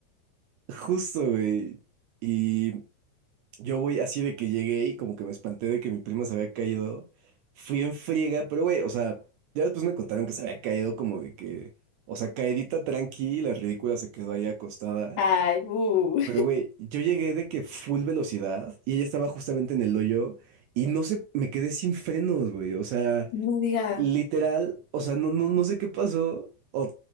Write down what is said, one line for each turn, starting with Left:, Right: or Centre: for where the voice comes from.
Right: <laughs> justo, güey. y Yo voy así de que llegué y como que me espanté de que mi prima se había caído. Fui en friega, pero güey, o sea, ya después me contaron que se había caído como de que, o sea, caidita tranqui, la ridícula se quedó ahí acostada.
Left: Ay, bu.
Right: Pero güey, yo llegué de que full velocidad y ella estaba justamente en el hoyo y no sé, me quedé sin frenos, güey. O sea,
Left: No digas.
Right: literal, o sea, no, no, no sé qué pasó o